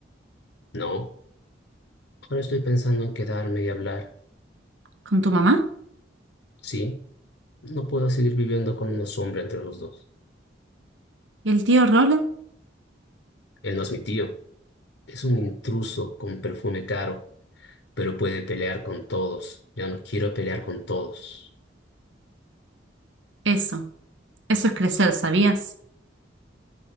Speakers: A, on the left; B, on the right.
A: No, ahora estoy pensando en quedarme y hablar.
B: ¿Con tu mamá?
A: Sí, No puedo seguir viviendo con una sombra entre los dos.
B: ¿Y el tío Rolo?
A: Él no es mi tío. Es un intruso con perfume caro, pero puede pelear con todos. Ya no quiero pelear con todos.
B: Eso. Eso es crecer, ¿sabías?